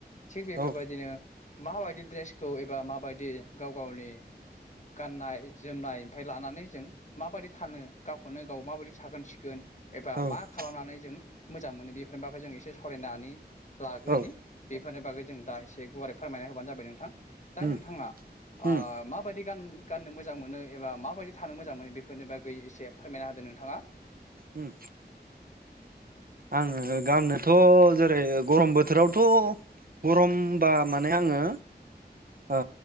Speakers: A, on the left (about 45°); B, on the right (about 55°).
A: थिग बे
B: औ
A: बेबायदिनो माबायदि दड्रेसखौ बा माबायदि गाव गावनि गाननाय जोमनाय ओमफ्राय लानानै जों माबायदि सानो गावखौनो गाव माबायदि साखोन-सिखोन एबा
B: औ
A: मा जों मोजां मोनो बेफोरनि बागै जों एसे सरायनानै लाग्रोनि
B: औ
A: बेफोरनि बागै जों दा एसे गुवारै फोरमायना होबानो जाबाय नोंथां। दा
B: उम
A: नोंथाङा ओ
B: उम
A: माबायदि गान गाननो मोजां मोनो एबा माबायदि थानो मोजां मोनो बेफोरनि बागै एसे फोरमायना होदो नोंथाङा
B: उम आङो गाननोथ जेरै गरम बोथोरावथ गरमबा माने आङो ओ